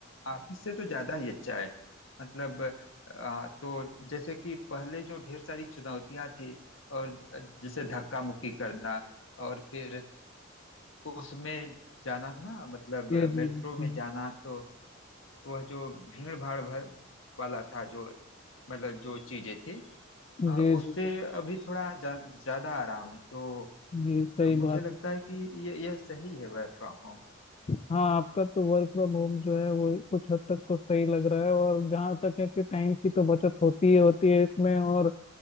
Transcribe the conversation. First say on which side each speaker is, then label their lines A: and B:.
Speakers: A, on the left; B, on the left.
A: ऑफिस से तो ज्यादा ही अच्छा है मतलब आ, तो जैसे कि पहले जो ढेर सारी चुनौतियां थी और जैसे धक्का मुक्की करना और फिर उसमें जाना ना मतलब
B: जी जी
A: मेट्रो
B: बिल्कुल
A: में जाना तो वह जो भीड़ भाड़ भर वाला था जो मतलब जो चीजें थी अ,
B: जी
A: उससे
B: जी जी
A: अभी थोड़ा जा, ज्यादा आराम है तो
B: जी, सही
A: मुझे
B: बात
A: लगता
B: है
A: है कि ये यह सही है वर्क फ्रॉम होम
B: हाँ आपका तो वर्क फ्रॉम होम जो है वो कुछ हद तक तो सही लग रहा है और जहाँ तक है कि टाइम की तो बचत होती ही होती है इसमें और